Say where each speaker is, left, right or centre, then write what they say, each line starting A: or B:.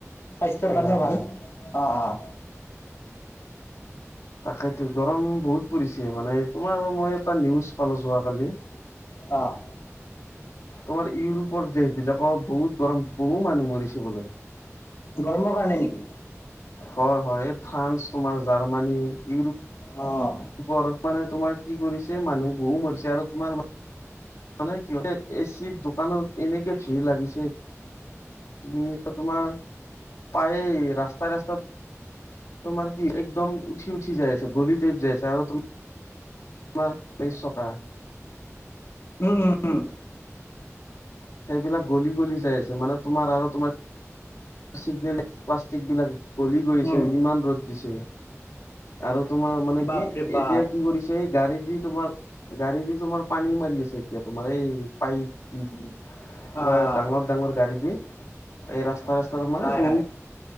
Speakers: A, on the left (about 60°); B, on the left (about 85°).
A: স্বাস্থ্যৰ
B: টেঙা
A: কাৰণেও
B: ভাত
A: ভাল অঁ অঁ।
B: তাকো গৰম বহুত পৰিছে মানে তোমাৰ মই এটা নিউজ পালো যোৱাকালি।
A: অঁ।
B: তোমাৰ ইউৰোপৰ দেশ বিলাকৰ বহুত গৰম বহুত মানুহ মৰিছে। বোলে
A: গৰমৰ কাৰণে নেকি?
B: হয় হয় এই ফ্ৰান্স, তোমাৰ জাৰ্মানী, ইউৰোপ
A: অঁ
B: ওপৰত মানে তোমাৰ কি কৰিছে মানুহ বহু মৰিছে আৰু তোমাৰ মানে কি এ চি দোকানত এনেকে ভিৰ লাগিছে। তুমি তো তোমাৰ পায় ৰাস্তাই ৰাস্তাত। তোমাৰ কি একদম উঠি উঠি যাইছে গলি প যাইছে আৰু তুমি তোমাৰ ব চকা
A: উম উম উম।
B: সেইবিলাক গলি গলি চাই আছে মানে তোমাৰ আৰু তোমাৰ চিগনে প্লাষ্টিক বিলাক গলি গৈছে
A: উম
B: ইমান ৰ'দ দিছে আৰু তোমাৰ মানে
A: বাপৰে
B: কি
A: বাপ
B: এতিয়া কি কৰিছে এই গাড়ীত যি তোমাৰ গাড়ী দি তোমাৰ পানী মাৰি আছে এতিয়া তোমাৰ এই পাইপ দি
A: অঁ
B: বা ডাঙৰ ডাঙৰ গাড়ী বি এই ৰাস্তা ৰাস্তা মানে
A: হয়
B: বহুত
A: হয়